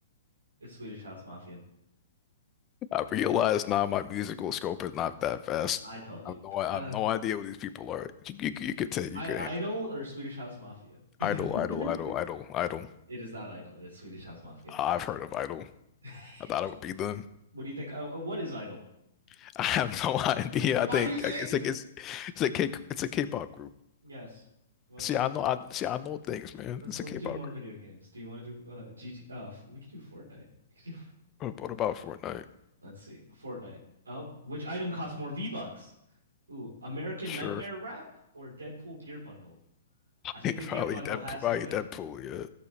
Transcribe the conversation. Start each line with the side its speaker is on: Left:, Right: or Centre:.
Right: It's Swedish House Mafia.
Left: I realize
Right: Okay.
Left: now my musical scope is not that vast.
Right: I told you.
Left: I have no, I
Right: Uh,
Left: have no idea what these people are. You, you, you could take,
Right: I
Left: you could
Right: Idol
Left: handle it.
Right: or Swedish House Mafia? <laughs>
Left: Idol, Idol, Idol, Idol, Idol.
Right: It is not Idol. It is Swedish House Mafia.
Left: I've heard of Idol.
Right: <laughs>
Left: I thought it would be them.
Right: What do you think? Uh, uh, what is Idol?
Left: <laughs> I have no <laughs> idea.
Right: Why
Left: I think
Right: are you saying?
Left: it's like it's it's a K it's a K-pop group.
Right: Yes. You want
Left: See,
Right: to do?
Left: I know I see I know things, man.
Right: Let's
Left: It's
Right: let's
Left: a K-pop
Right: do more
Left: group.
Right: video games. Do you want to do uh GT? Uh, f- we could do Fortnite. We could do.
Left: What what about Fortnite?
Right: Let's see, Fortnite. Oh, which item costs more V-Bucks? Ooh, American
Left: Sure,
Right: Nightmare Wrap or Deadpool Gear Bundle?
Left: <laughs>
Right: I think the
Left: probably
Right: Gear Bundle
Left: Dead
Right: has
Left: probably
Right: to win.
Left: Deadpool. Yeah,